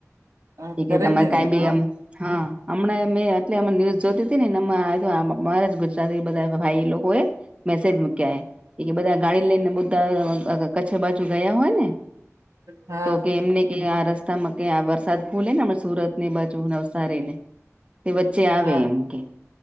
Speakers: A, on the right; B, on the right.
A: હા
B: એ
A: કરે
B: કે તમારે
A: જ ને
B: કઈ બી
A: હા
B: એમ હા હમણાં મેં એટલે ન્યૂઝ જોતી હતી નેને આવ અરા ગુજરાતી બધા ભાઈ લોકો એ. મેસેજ મૂક્યા એ બધા ગાડી લઈને બધા કચ્છ બાજુ ગયા હોય ને
A: હા
B: તો કે એમને કે આ રસ્તામાં ક્યાંય આવા નુ નથી ફૂલે ને હમણે સુરત ને બાજુ નવસારી ને વચ્ચે આવે
A: હા
B: એમ કે